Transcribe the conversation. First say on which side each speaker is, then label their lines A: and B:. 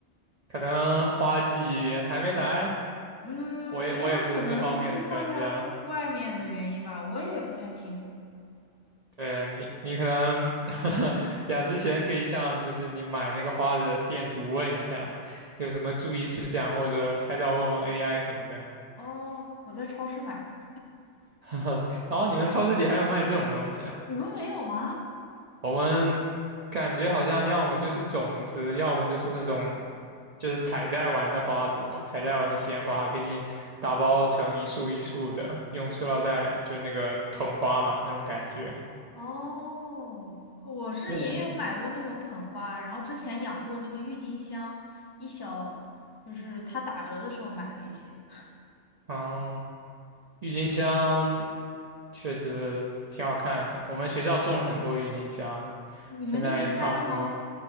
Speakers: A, on the right; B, on the left.
A: 可能花季还没来，
B: 嗯，
A: 我也我也不是这方面的专家。
B: 也有可能是放在外面的原因吧，我也不太清楚。
A: 呃，你，你可能 <laughs> 养之前可以向就是你买那个花的店主问一下，有什么注意事项，或者拍照问问 AI 什么的。
B: 哦，我在超市买的，
A: <laughs> 然后你们超市里还有卖这种东西啊？
B: 你们没有吗？
A: 我们感觉好像要么就是种子，要么就是那种就是采摘完的花朵，采摘完的鲜花，给你打包成一束一束的，用塑料袋就那个捧花嘛那种感觉。
B: 哦，我是也有买过那种捧花，
A: 对，
B: 然后之前养过那个郁金香，一小，就是它打折的时候买了一些。
A: 哦、郁金香确实挺好看的，我们学校种了很多郁金香，
B: 你们那边开了吗？
A: 现在也差不多